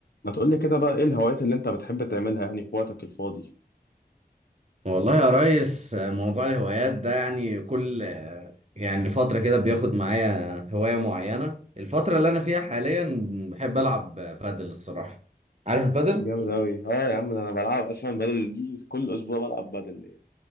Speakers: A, on the left; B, on the right.
A: ما تقول لي كده بقى ايه الهوايات اللي انت بتحب تعملها يعني في وقتك الفاضي
B: والله يا ريس موضوع الهوايات ده يعني كل يعني فترة كده بياخد معايا هواية معينة الفترة اللي أنا فيها حاليا بحب ألعب بادل الصراحة عارف البادل؟
A: جامد أوي اه يا عم ده انا بلعب اصلا بدل دي كل اسبوع بلعب بدل يعني